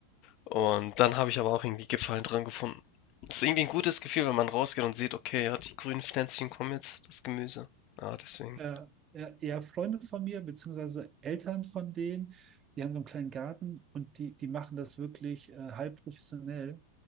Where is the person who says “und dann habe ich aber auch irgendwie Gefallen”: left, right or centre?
Left